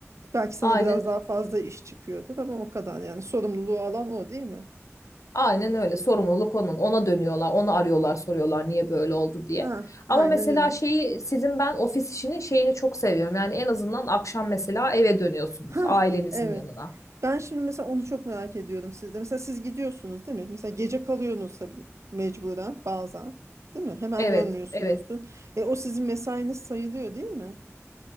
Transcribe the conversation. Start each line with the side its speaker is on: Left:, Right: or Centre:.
Right: Belki sana
Left: Aynen
Right: biraz daha fazla iş çıkıyordur ama o kadar yani sorumluluğu alan o değil mi?
Left: aynen öyle sorumluluk onun. Ona dönüyorlar, onu arıyorlar, soruyorlar niye böyle oldu diye.
Right: Ah,
Left: Ama
Right: aynen
Left: mesela
Right: öyle.
Left: şeyi sizin ben ofis işinin şeyini çok seviyorum. Yani en azından akşam mesela eve dönüyorsunuz
Right: Hah,
Left: ailenizin
Right: evet.
Left: yanına.
Right: Ben şimdi mesela onu çok merak ediyordum sizde. Mesela siz gidiyorsunuz değil mi? Mesela gece kalıyorsunuz tabii mecburen bazen. Değil mi? Hemen
Left: Evet,
Right: dönmüyorsunuzdur.
Left: evet.
Right: E, o sizin mesainiz sayılıyor değil mi?